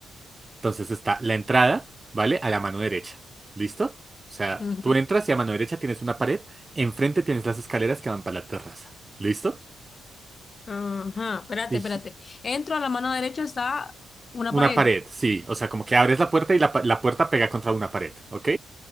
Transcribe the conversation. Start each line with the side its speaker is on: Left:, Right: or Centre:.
Right: Entonces está la entrada, ¿vale? A la mano derecha. ¿Listo? O sea,
Left: ujú,
Right: tú entras y a mano derecha tienes una pared, enfrente tienes las escaleras que van para la terraza. ¿Listo?
Left: Ajá. Espérate,
Right: Y,
Left: espérate. Entro a la mano derecha, está una
Right: Una
Left: pared.
Right: pared, sí. O sea, como que abres la puerta y la, pa- la puerta pega contra una pared, ¿ok?